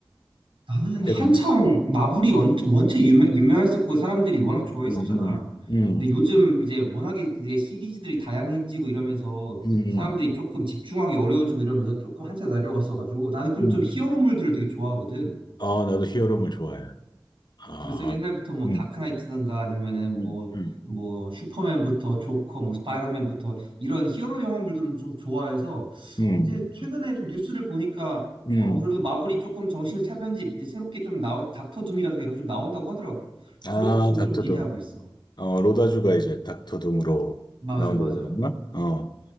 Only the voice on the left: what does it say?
최근에.
음, 음, 음,
음. 음.
음.
아, 나도 히어로물 좋아해. 아,
음,
음, 음,
음,
음.
아,
닥터둠.
어, 로다주가 이제 닥터둠으로
나온다고
그랬나? 어.